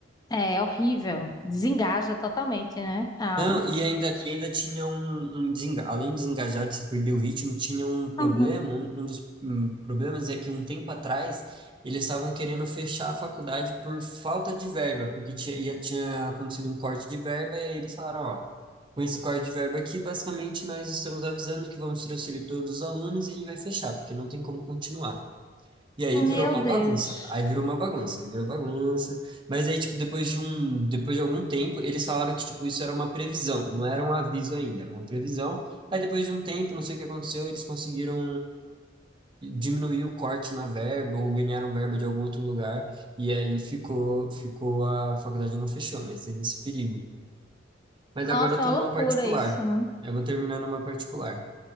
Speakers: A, on the left (about 20°); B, on the right (about 25°).
A: é, horrível. Desengaja totalmente, né? A
B: Não,
A: aula.
B: e ainda, e ainda tinha um, um desenga- além de desengajar, de se perder o ritmo, tinha um problema,
A: Uhum.
B: um, um dos hum, problemas é que um tempo atrás eles estavam querendo fechar a faculdade por falta de verba, porque tinha, ia- tinha acontecido um corte de verba e eles falaram, ó, com esse corte de verba aqui, basicamente nós estamos avisando que vamos transferir todos os alunos e a gente vai fechar, porque não tem como continuar. E aí
A: Meu
B: virou uma
A: Deus.
B: bagunça. Aí virou uma bagunça, aí virou bagunça. Mas aí, tipo, depois de um, depois de algum tempo, eles falaram que, tipo, isso era uma previsão, não era um aviso ainda, era uma previsão. Aí depois de um tempo, não sei o que aconteceu, eles conseguiram diminuir o corte na verba ou ganharam verba de algum outro lugar. E aí ficou, ficou a faculdade não fechou, mas teve esse perigo. Mas
A: Nossa,
B: agora eu
A: é
B: tô
A: uma loucura
B: numa particular.
A: isso, né?
B: Eu vou terminar numa particular.